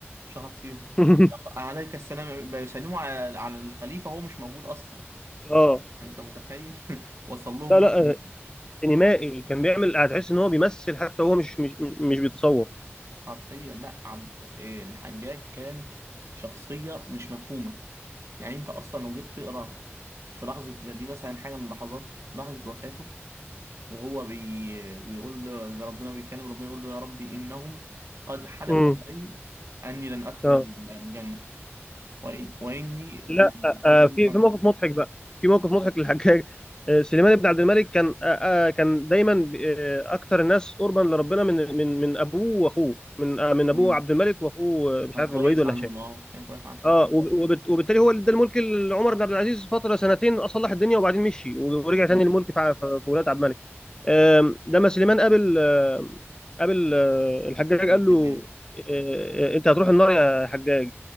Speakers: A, on the right; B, on the left.
A: شخط فيهم
B: <laughs>
A: طب عليك السلام يا أمير- بيسلموا على على الخليفة هو مش موجود أصلا
B: اه
A: يعني أنت متخيل <laughs> وصل لهم
B: لا لا
A: رد
B: آه، سينمائي كان بيعمل هتحس ان هو بيمثل حتى هو مش مش مش بيتصور
A: حرفيا لا عبد إيه، الحجاج كان شخصية مش مفهومة يعني أنت أصلا لو جيت تقرأ في لحظة دي مثلا حاجة من لحظات لحظة وفاته وهو بي... بيقول ل- لربنا بيتكلم ربنا يقول له يا ربي إنهم قد حلفوا
B: امم
A: علي أني لن أدخل
B: اه
A: ال- الجنة وإ... وإني يعني
B: لا آه آه،
A: أرجو
B: في
A: منك أن
B: في
A: تكون-
B: موقف مضحك بقى في موقف مضحك للحجاج آه، سليمان بن عبد الملك كان آه آه، كان دايما آه، اكتر الناس قربا لربنا من من من ابوه واخوه من آه، من ابوه
A: مم.
B: عبد الملك واخوه آه، مش
A: كان
B: عارف
A: كويس
B: الوليد ولا
A: عنهم
B: هشام
A: أه كان كويس عنهم
B: اه وب- وبت- وبالتالي هو اللي ادى الملك لعمر بن عبد العزيز فتره سنتين اصلح الدنيا وبعدين مشي ورجع
A: بالظبط
B: تاني الملك في في- في ولاد عبد الملك آم، لما سليمان قابل آم، قابل آه، الحجاج
A: كان
B: قال له
A: جاي
B: آه، آه، انت هتروح النار يا حجاج